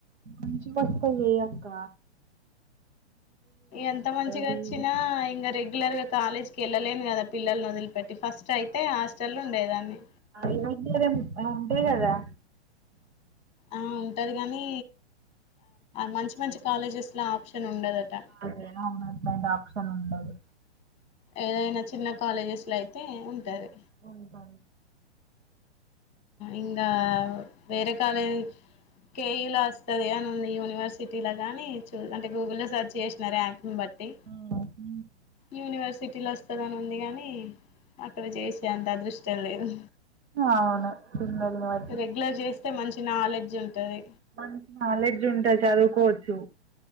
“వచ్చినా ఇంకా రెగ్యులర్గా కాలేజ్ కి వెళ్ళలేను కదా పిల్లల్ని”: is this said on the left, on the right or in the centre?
Left